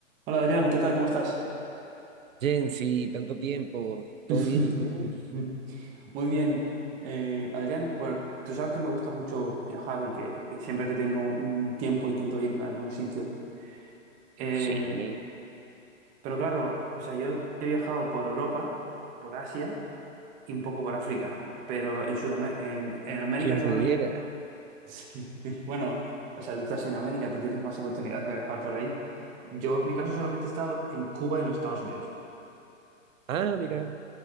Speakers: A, on the right; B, on the right.
A: Hola Adrián, ¿qué tal? ¿Cómo estás?
B: Jensi, tanto tiempo, ¿todo
A: <laughs>
B: bien y tú?
A: Muy bien. Eh, Adrián, bueno, tú sabes que me gusta mucho viajar y que siempre que tengo un tiempo intento irme a algún sitio. Eh,
B: Sí,
A: pero claro, o sea, yo he viajado por Europa, por Asia y un poco por África, pero en Sudamérica, en, en América
B: quien
A: solamente...
B: pudiera.
A: <laughs> Sí, Bueno, o sea, tú estás en América, tú tienes más oportunidades de viajar por ahí. Yo, en mi caso, solamente he estado en Cuba y en los Estados Unidos.
B: Ah, mira,